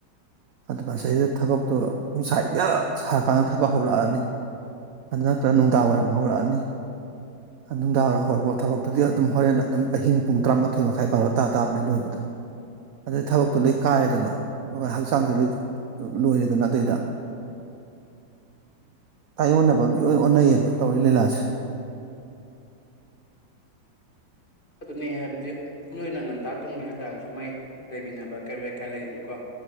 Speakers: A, on the right (about 60°); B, on the left (about 30°).
A: ꯑꯗ ꯃꯁꯩꯗ ꯊꯕꯛ ꯇꯣ ꯅꯨꯡꯁꯥ ꯌꯥꯛ ꯁꯥꯔꯀꯥꯟꯗ ꯊꯕꯛ ꯍꯧꯔꯛꯑꯅꯤ ꯑꯗꯨ ꯅꯠꯇ꯭ꯔꯒ ꯅꯨꯡꯗꯥꯡ ꯋꯥꯏꯔꯝ ꯍꯧꯔꯛꯑꯅꯤ꯫ ꯅꯨꯡꯗꯥꯡꯋ ꯍꯧꯔꯛꯄ ꯊꯕꯛꯇꯨꯗꯤ ꯑꯗꯨꯝ ꯍꯣꯔꯦꯟ ꯑꯗꯨꯝ ꯑꯍꯤꯡ ꯄꯨꯡ ꯇꯔꯥꯃꯥꯊꯣꯏ ꯃꯈꯥꯏ ꯕꯥꯔꯣ ꯇꯥ ꯇꯥꯕꯅꯦ ꯂꯣꯏꯕ꯫ ꯑꯗꯨꯗꯩꯩ ꯊꯕꯛꯇꯣ ꯂꯣꯏ ꯀꯥꯏꯔꯦꯗꯅ ꯑꯗꯨꯒ ꯍꯛꯆꯥꯡꯖꯦ ꯂꯣꯏ ꯂꯣꯏꯔꯦꯗꯅ ꯑꯗꯩꯗ ꯇꯥꯏꯌꯣꯟꯅꯕ ꯃꯤ ꯑꯣꯟ ꯑꯣꯟꯅꯩꯌꯦꯕ ꯇꯧꯔꯤ ꯂꯤꯂꯥꯖꯦ꯫
B: ꯑꯗꯨꯅꯦ ꯍꯥꯏꯕꯗꯤ ꯅꯣꯏꯅ ꯉꯟꯇꯥ ꯇꯨꯝꯒꯦ ꯍꯥꯏꯇꯥꯔꯁꯨ ꯃꯩ ꯂꯩꯃꯤꯟꯅꯕ ꯀꯩꯔꯣꯏꯀꯥꯏ ꯂꯩꯗꯅꯀꯣ꯫